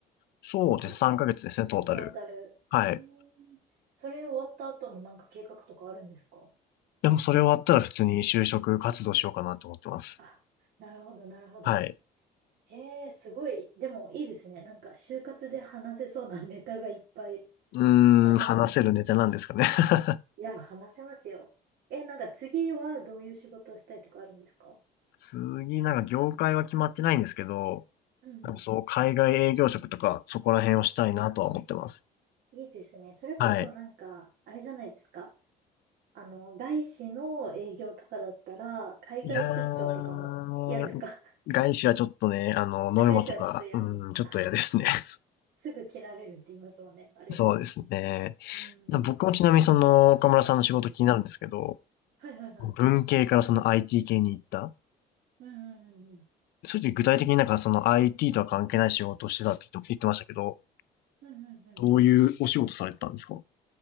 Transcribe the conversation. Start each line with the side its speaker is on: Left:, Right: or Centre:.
Left: そうです。
Right: てことですね。
Left: 3ヶ月ですね、トータル。
Right: トータル。
Left: はい。
Right: うーん。それ終わった後のなんか計画とかあるんですか
Left: でもそれ終わったら普通に就職活動しようかなと思ってます。
Right: うん。あ、なるほど、なるほど。
Left: はい。
Right: へえ、すごい。でもいいですね。なんか、就活で話せそうなネタがいっぱい
Left: うーん、
Right: ありますね。
Left: 話せるネタなんですかね。<laughs>
Right: いや、話せますよ。え、なんか次はどういう仕事をしたいとかあるんですか
Left: 次、なんか業界は決まってないんですけど、
Right: うんうん。
Left: なんかそう、海外営業職とか、そこら辺をしたいなとは思ってます。
Right: いいですね。それこそなんか、
Left: はい。
Right: あれじゃないですか。あの、外資の営業とかだったら、海外出張とかも嫌ですか
Left: いやー、外資はちょっとね、あの、
Right: <laughs>
Left: ノルマとか、
Right: あ、外資はちょっと嫌。
Left: うん、ちょっと嫌ですね。
Right: あ、そっか。
Left: <laughs>
Right: すぐ切られるって言いますもんね、あれ。
Left: そうですね。
Right: うん。
Left: 僕もちなみにその、岡村さんの仕事気になるんですけど、
Right: はいはいはい。
Left: 文系からその IT 系に行った。
Right: うんうんうんうん。
Left: そういう時具体的になんかその IT とは関係ない仕事をしてたって言って言ってましたけど、
Right: うんうんうん。
Left: どういうお仕事されてたんですか